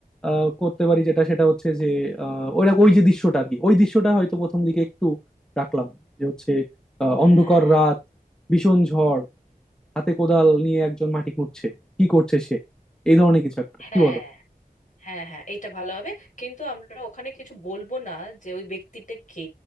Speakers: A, in the centre; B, on the left (about 55°).
A: আহ, করতে পারি যেটা সেটা হচ্ছে যে আহ, ওই ওই যে দৃশ্যটা আর কি ওই দৃশ্যটা হয়তো প্রথম দিকে একটু রাখলাম যে হচ্ছে আহ,
B: হ্যাঁ
A: অন্ধকার রাত ভীষণ ঝড় হাতে কোদাল নিয়ে একজন মাটি খুঁড়ছে কি করছে সে এই ধরনের কিছু একটা
B: হ্যাঁ
A: কি বলো
B: হ্যাঁ হ্যাঁ এইটা ভালো হবে কিন্তু আমরা ওখানে কিছু বলবো না যে ওই ব্যক্তিটা কে